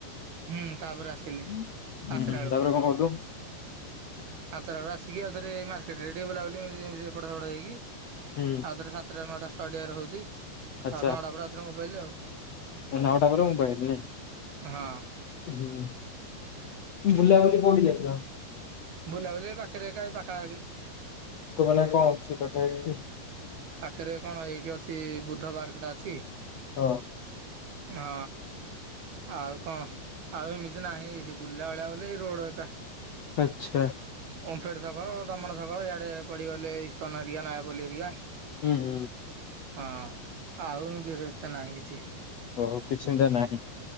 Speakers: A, on the right; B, on the left.
A: ହୁଁ ତାପରେ ଆସିଲି
B: ହୁଁ
A: ପାଞ୍ଚଟା
B: ତାପରେ କଣ କଲୁ?
A: ଆଉଥର ଆସିକି ଆଉଥରେ ମାର୍କେଟ ରେ ବୁଲାବୁଲି <unintelligible> ହେଇକି।
B: ହୁଁ।
A: ରେ ସାତଟା ନଅଟା ଷ୍ଟାଡିମରେ ହଉଛି
B: ଆଚ୍ଛା
A: ଆଉ ନଅଟା ପରେରେ ମୋବାଇଲ ଆଉ।
B: ନଅଟା ପରେ ମୋବାଇଲ୍ ନାଇଁ?
A: ହଁ
B: ହୁଁ ବୁଲାବୁଲି କୋଉଠି କରିଚ?
A: ବୁଲାବୁଲି ପାଖରୋ ପାଖାପାଖି
B: ମାନେ କଣ ଅଛି ପାଖାପାଖି କି?
A: ପାଖରେ କଣ ଏଇଠି ଅଛି ବୁଦ୍ଧ ପାର୍କ ଟା ଅଛି।
B: ଓ।
A: ହଁ ଆଉ କଣ ଆଉ ଏମିତି ନାହିଁ ଏଠି ବୁଲଲା ଭଳିଆ। ନେଇ ରୋଡ ଏକା।
B: ଆଚ୍ଛା।
A: ଓମଫେଡେ ସାପ ଦମଣ ସାପ ଇଆଡେ ପଡିଗଲେ ଇସ୍କନ ହରୀକା ନୟାପଲି ହରୀକା।
B: ହୁଁ ହଁ।
A: ହଁ ଆଉ <unintelligible> ନାହିଁ କିଛି।
B: ଓହୋ କିଛି ସେମିତି ନାହିଁ